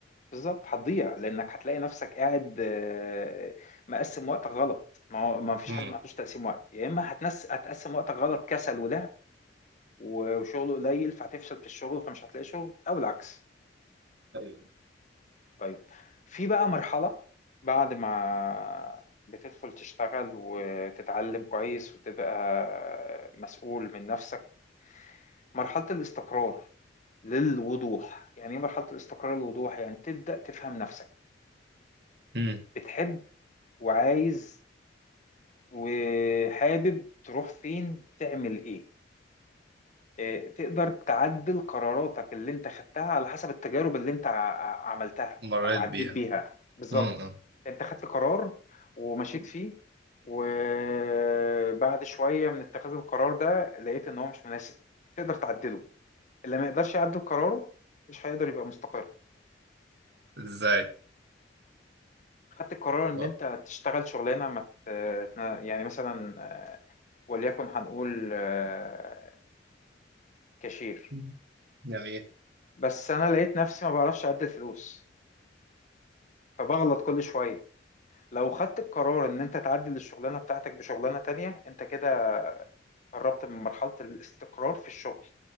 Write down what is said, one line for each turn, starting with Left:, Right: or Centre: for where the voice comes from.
Left: بالظبط هتضيع لأنك هتلاقي نفسك قاعد آه، مقسم وقتك غلط ما هو ما فيش
Right: مم.
Left: حد ما عندوش تقسيم وقت يا إما هتنس هتقسم وقتك غلط كسل ولعب وشغله قليل فهتفشل في الشغل فمش هتلاقي شغل أو العكس
Right: أيوه
Left: طيب في بقى مرحلة بعد ما بتدخل تشتغل وتتعلم كويس وتبقى مسؤول من نفسك مرحلة الاستقرار للوضوح يعني ايه مرحلة الاستقرار للوضوح يعني تبدأ تفهم نفسك
Right: مم.
Left: بتحب وعايز وحابب تروح فين تعمل ايه آه، تقدر تعدل قراراتك اللي انت خدتها على حسب التجارب اللي انت ع- ع- عملتها
Right: مريت
Left: او عديت
Right: بيها
Left: بيها بالظبط
Right: مم. مم.
Left: انت خدت قرار ومشيت فيه وبعد شوية من اتخاذ القرار ده لقيت ان هو مش مناسب تقدر تعدله اللي ما يقدرش يعدل قراره مش هيقدر يبقى مستقر
Right: إزاي
Left: خدت القرار ان
Right: و-
Left: انت تشتغل شغلانة ما ت- يعني مثلا آه، وليكن هنقول آه، كاشير
Right: مم. جميل
Left: بس انا لقيت نفسي ما بعرفش اعدل فلوس فبغلط كل شوية لو خدت القرار ان انت تعدل الشغلانه بتاعتك بشغلانه تانية انت كده قربت من مرحله الاستقرار في الشغل